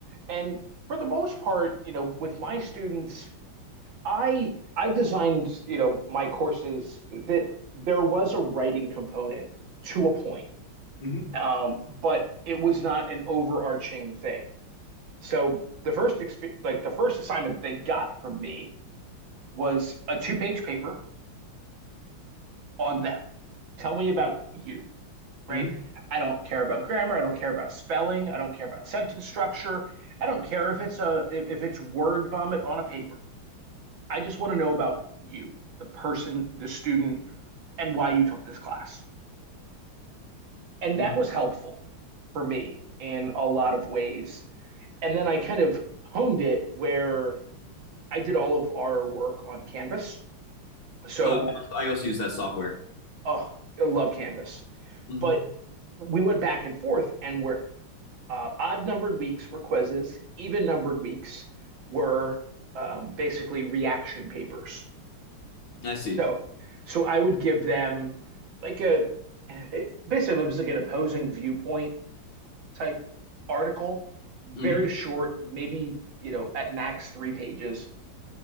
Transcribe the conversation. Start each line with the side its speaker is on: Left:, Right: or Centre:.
Right: And for the most part, you know, with my students, I I designed, you know, my courses that there was a writing component to a point,
Left: Mm-hmm,
Right: um, but it was not an overarching thing. So the first exp- like the first assignment they got from me was a two-page paper on them. Tell me about you right?
Left: mm-hmm.
Right: I don't care about grammar. I don't care about spelling. I don't care about sentence structure. I don't care if it's a if it's word vomit on a paper. I just want to know about you, the person, the student, and why you took this class. And
Left: Mm-hmm.
Right: that was helpful for me in a lot of ways. And then I kind of honed it where I did all of our work on Canvas. So,
Left: Oh, yeah. I also use that software.
Right: oh, I love Canvas.
Left: hmm
Right: But we went back and forth, and where Uh, odd numbered weeks were quizzes, even numbered weeks were um, basically reaction papers.
Left: I see.
Right: So, so I would give them like a eh, basically it was like an opposing viewpoint type article, very
Left: hmm
Right: short, maybe you know at max three pages.